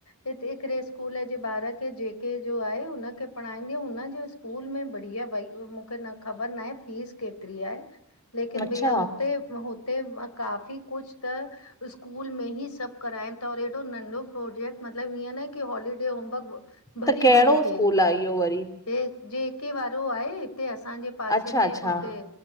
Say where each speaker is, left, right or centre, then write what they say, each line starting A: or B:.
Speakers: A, on the left; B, on the left.
A: हिते हिकिड़े स्कूल जे ॿार खे जेके जो आहे, हुनखे पढ़ाईंदी हुनजे स् स्कूलु में बढ़िया भाई मूंखे न ख़बर न आहे फीस केतिरी आहे। लेकिन
B: अच्छा
A: भईया हुते हुते काफ़ी कुझु त स्कूलु में ई सभु कराइनि ता और एॾो नंढो प्रोजेक्ट मतिलबु हिय न की हॉलीडे होमवर्क भरी-भरी
B: त कहिड़ो
A: देन
B: स्कूल
A: ता।
B: आहे इहो वरी
A: हे जेके वारो आहे हिते असांजे पासे
B: अच्छा
A: में
B: अच्छा
A: उ उते